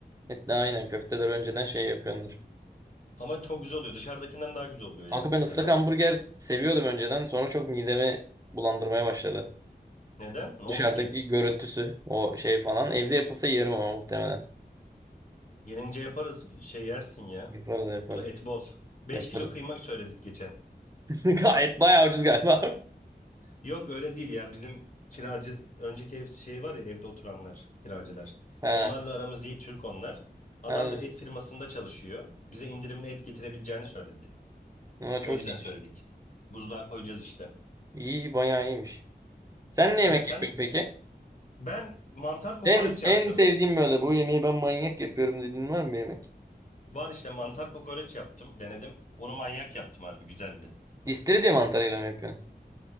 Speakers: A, on the right; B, on the left.
A: Evet, de aynen köfteler önceden şey yapıyordur.
B: Ama çok güzel oluyor. Dışarıdakinden daha güzel oluyor
A: Kanka
B: yani
A: ben
B: ıslak
A: ıslak
B: hamburger.
A: hamburger seviyordum önceden. Sonra çok midemi bulandırmaya başladı.
B: Neden? Ne oldu
A: Dışarıdaki
B: ki?
A: görüntüsü, o şey falan. Evde yapılsa yerim ama muhtemelen.
B: Gelince yaparız şey yersin ya.
A: Yaparız yaparız.
B: Bu da et bol. beş
A: Yaparız.
B: kilo kıyma söyledik geçen.
A: <laughs> Gayet bayağı ucuz galiba. <laughs>
B: Yok öyle değil ya. Bizim kiracı önceki ev şey var ya evde oturanlar kiracılar.
A: Ha.
B: Onlarla aramız iyi Türk onlar. Adam
A: Ha.
B: da et firmasında çalışıyor. Bize indirimli et getirebileceğini söyledi.
A: Ama çok
B: O yüzden
A: iyiymiş.
B: söyledik. Buzluğa koyacağız işte.
A: İyi bayağı iyiymiş. Sen ne
B: Aynen
A: yemek
B: sen
A: yapıyorsun peki?
B: Ben mantar kokoreç
A: En
B: yaptım.
A: en sevdiğim böyle bu yemeği ben manyak yapıyorum dediğin var mı bir yemek?
B: Var işte mantar kokoreç yaptım. Denedim. Onu manyak yaptım harbi güzeldi.
A: İstiridye mantarıyla mı yapıyorsun?